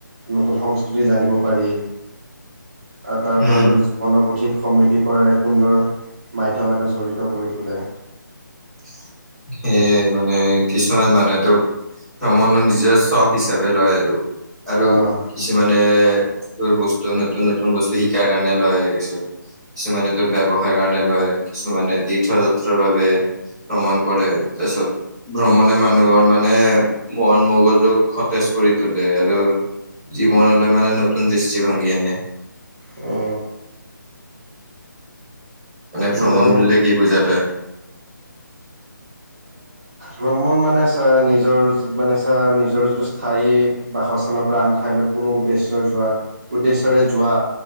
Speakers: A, on the right; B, in the centre.
A: নতুন সংস্কৃতি জানিব পাৰি, আৰু তাৰ পৰা
B: উম
A: যদি জীৱনক অধিক সমৃদ্ধি কৰাৰ এক সুন্দৰ মাধ্যম এটা জড়িত কৰি তোলে।
B: <inaudible> সেয়ে মানে কিছুমান মানুহেতোক ভ্ৰমণৰ নিজৰ চখ হিচাপে লয় আৰু, আৰু
A: আহ
B: কিছুমানে বয় বস্তু নতুন -নতুন বস্তু শিকাৰ কাৰণে লয় কিছত কিছুমানে তোৰ ব্যৱসায়ৰ কাৰণে লয়, কিছুমানে তীৰ্থ যাত্ৰাৰ বাবে ভ্ৰমণ কৰে তাৰপিছত ভ্ৰমণে মানুহৰ মানে মন- মগজু সতেজ কৰি তোলে আৰু জীৱনলৈ মানে নতুন দৃষ্টিভংগী আনে।
A: অ
B: মানে ভ্ৰমণ
A: এনে
B: বুলিলে কি বুজা তই?
A: ভ্ৰমণ মানে চা নিজৰি মানে চা নিজৰ যিটো স্থায়ী বাস্থানৰ পৰা আন ঠাইলৈ কোনো উদ্দেশ্য যোৱা উদ্দেশ্যৰে যোৱা